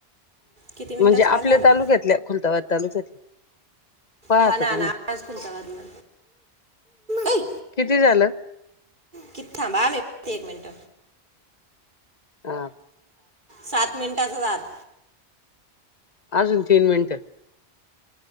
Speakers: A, on the right; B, on the left.
A: किती मिनिटाचा
B: म्हणजे आपल्या
A: कॉल झाला
B: तालुक्यातल्या
A: गं?
B: खुलताबाद तालुक्यातल्या पाहता
A: हा ना
B: तुम्ही
A: ना आवाज कोणता वाजला ऐ
B: किती झालं
A: किती थांबा मी बगते एक मिनट
B: हा
A: सात मिनिटाचा झालं
B: अजून तीन मिनट